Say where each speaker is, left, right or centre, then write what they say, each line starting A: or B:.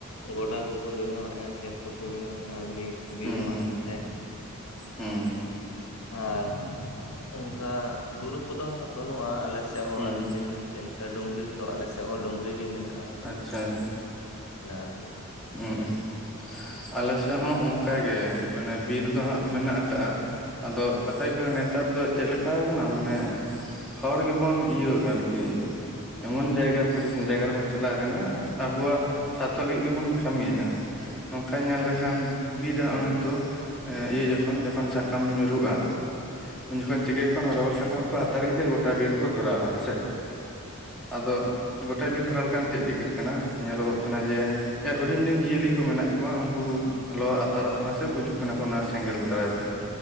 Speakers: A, on the left; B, in the centre.
A: ᱜᱚᱰᱟ ᱠᱚᱠᱚ ᱵᱮᱱᱟᱣᱮᱫᱼᱟ ᱠᱷᱮᱛ ᱠᱚᱠᱚ ᱵᱮᱱᱟᱣᱮᱫᱼᱟ ᱢᱤᱫ ᱵᱤᱨ
B: ᱦᱩᱸ
A: ᱢᱟᱜ
B: ᱦᱩᱸ
A: ᱠᱟᱛᱮᱫ
B: ᱦᱩᱸ
A: ᱟᱨ ᱚᱱᱠᱟ ᱵᱩᱨᱩ ᱠᱚᱫᱚ ᱦᱟᱸᱜ ᱵᱟᱹᱱᱩᱜᱼᱟ ᱟᱞᱮ ᱥᱮᱫ ᱦᱚᱸ
B: ᱦᱩᱸ
A: ᱟᱹᱵᱤᱱ ᱵᱤᱱ ᱢᱮᱱ ᱠᱮᱫ ᱞᱮᱠᱟ᱾ ᱠᱟ ᱰᱩᱝᱨᱤ ᱛᱚ ᱟᱞᱮ ᱥᱮᱫ ᱦᱚᱸ ᱰᱩᱝᱨᱤ ᱜᱮ ᱢᱮᱱᱟᱜ
B: ᱟᱪᱪᱷᱟ ᱟᱪᱪᱷᱟ
A: ᱟᱨᱠᱤ
B: ᱩᱸ ᱩᱸ ᱟᱞᱮ ᱥᱮᱫ ᱦᱚᱸ ᱚᱱᱠᱟᱜᱮ ᱢᱟᱱᱮ ᱵᱤᱨ ᱫᱚ ᱦᱟᱸᱜ ᱢᱮᱱᱟᱜ ᱟᱠᱟᱜᱼᱟ᱾ ᱟᱫᱚ ᱠᱟᱛᱷᱟ ᱦᱩᱭᱩᱜ ᱠᱟᱱᱟ ᱱᱮᱛᱟᱨ ᱫᱚ ᱪᱮᱫ ᱞᱮᱠᱟ ᱟᱠᱟᱱᱟ ᱢᱟᱱᱮ ᱦᱚᱲ ᱜᱮᱵᱚᱱ ᱤᱭᱟᱹ ᱟᱨᱠᱤ ᱮᱢᱚᱱ ᱡᱟᱭᱜᱟ ᱯᱚᱨᱤᱥᱤᱛ ᱡᱟᱭᱜᱟ ᱨᱮᱵᱚᱱ ᱪᱟᱞᱟᱣ ᱟᱠᱟᱱᱟ ᱟᱵᱚᱣᱟᱜ ᱥᱟᱨᱛᱷᱚ ᱞᱟᱹᱜᱤᱫ ᱜᱮᱵᱚᱱ ᱠᱟᱹᱢᱤᱭᱮᱫᱼᱟ ᱱᱚᱝᱠᱟ ᱧᱮᱞ ᱞᱮᱠᱷᱟᱱ ᱵᱤᱨ ᱨᱮ ᱱᱤᱛᱚᱜ ᱤᱭᱟᱹ ᱡᱚᱠᱷᱚᱱ ᱡᱚᱠᱷᱚᱱ ᱥᱟᱠᱟᱢ ᱧᱩᱨᱩᱜᱼᱟ ᱩᱱ ᱡᱚᱠᱷᱚᱱ ᱪᱤᱠᱟᱹᱭᱟᱠᱚ ᱨᱚᱦᱚᱲ ᱥᱟᱠᱟᱢ ᱠᱚ ᱟ <unintelligible> ᱜᱚᱴᱟ ᱵᱤᱨ ᱠᱚ ᱫᱷᱚᱨᱟᱣᱼᱟ ᱦᱮᱸᱥᱮ ᱟᱫᱚ ᱜᱚᱴᱟ ᱵᱤᱨ ᱫᱷᱚᱨᱟᱣ ᱠᱟᱱ ᱪᱮᱫ ᱪᱤᱠᱟᱹᱜ ᱠᱟᱱᱟ ᱧᱮᱞᱚᱜᱚᱜ ᱠᱟᱱᱟ ᱡᱮ ᱦᱩᱰᱤᱧ ᱦᱩᱰᱤᱧ ᱡᱤᱭᱟᱹᱞᱤ ᱠᱚ ᱢᱮᱱᱟᱜ ᱠᱚᱣᱟ ᱩᱱᱠᱩ ᱞᱚ ᱟᱛᱟᱨᱚᱜ ᱠᱟᱱᱟ ᱥᱮ ᱜᱩᱡᱩᱜ ᱠᱟᱱᱟ ᱠᱚ ᱚᱱᱟ ᱥᱮᱸᱜᱮᱞ ᱫᱟᱨᱟᱭ ᱛᱮ᱾